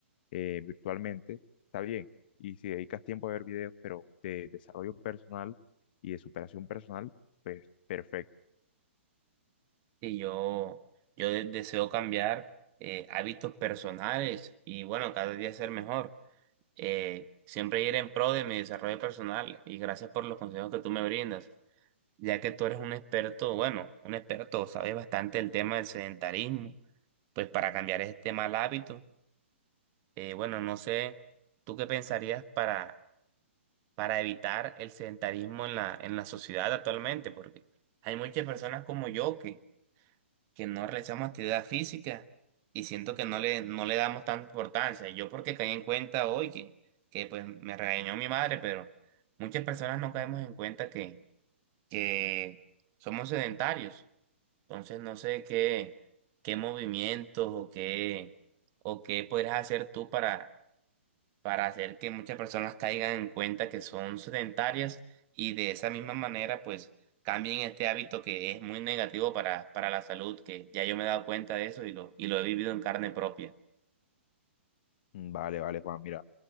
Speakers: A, on the left; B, on the right.
A: eh, virtualmente, está bien. Y si dedicas tiempo a ver videos, pero de desarrollo personal y de superación personal, pues perfecto
B: Y yo, yo de- deseo cambiar eh, hábitos personales y bueno, cada día ser mejor. Eh, siempre ir en pro de mi desarrollo personal y gracias por los consejos que tú me brindas, ya que tú eres un experto, bueno, un experto, sabes bastante el tema del sedentarismo, pues para cambiar este mal hábito, eh, bueno, no sé, ¿tú qué pensarías para para evitar el sedentarismo en la, en la sociedad actualmente, porque hay muchas personas como yo que, que no realizamos actividad física y siento que no le, no le damos tanta importancia. Yo porque caí en cuenta hoy que, que pues me regañó mi madre, pero muchas personas no caemos en cuenta que, que somos sedentarios. Entonces no sé qué, qué movimientos o qué, o qué podrías hacer tú para para hacer que muchas personas caigan en cuenta que son sedentarias y de esa misma manera pues cambien este hábito que es muy negativo para, para la salud, que ya yo me he dado cuenta de eso y lo, y lo he vivido en carne propia.
A: Mm, Vale, vale, Juan. Mira,